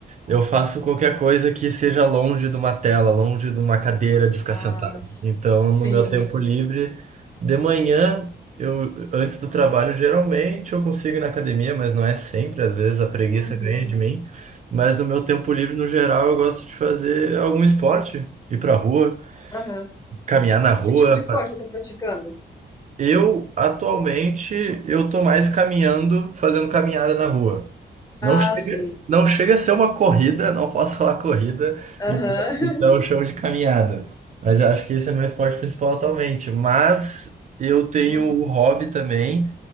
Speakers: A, on the right; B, on the left.
A: Eu faço qualquer coisa que seja longe de uma tela, longe de uma cadeira de ficar
B: Ah,
A: sentado. Então,
B: sim,
A: no meu tempo
B: sim.
A: livre, de manhã, eu antes do trabalho, geralmente eu consigo ir na academia, mas não é sempre, às vezes a preguiça
B: Uhum,
A: ganha de mim. Mas no meu tempo livre, no geral, eu gosto de fazer algum esporte, ir pra rua,
B: aham.
A: caminhar na rua.
B: Que tipo de esporte você está praticando?
A: Eu, atualmente, eu tô mais caminhando, fazendo caminhada na rua. Não
B: Ah,
A: chega,
B: sim.
A: não chega a ser uma corrida, não posso falar corrida, então,
B: Aham.
A: então eu chamo de caminhada. Mas eu acho que esse é meu esporte principal atualmente. Mas eu tenho
B: <laughs>
A: o hobby também